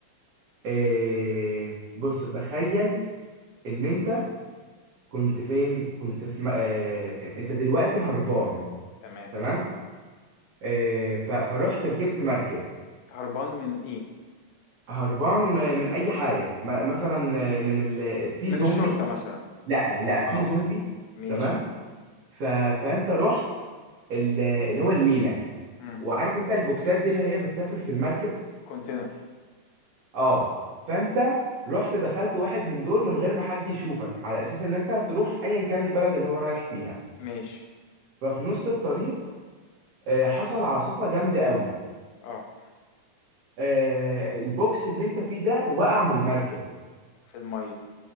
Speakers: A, on the right; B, on the left.
A: إيه بص تخيل ان انت كنت فين كنت في م... إيه... انت دلوقتي هربان
B: تمام،
A: تمام آه، ف- فروحت ركبت مركب
B: هربان من إيه؟
A: هربان آه، من اي حاجه م- مثلا آه، من ال... في
B: من
A: زومبي
B: الشرطة مثلًا،
A: لا لا في
B: آه،
A: زومبي
B: ماشي،
A: تمام ف... فانت رحت ال... اللي هو المينا
B: إمم،
A: وعارف انت البوكسات دي اللي هي بتسافر في المركب
B: container
A: اه فانت رحت دخلت واحد من دول من غير ما حد يشوفك على اساس ان انت تروح ايا كان البلد اللي هو رايح فيها
B: ماشي،
A: ففي نص الطريق آه، حصل عاصفه جامده قوي
B: آه،
A: آه، البوكس اللي انت فيه ده وقع من المركب
B: في المَيّة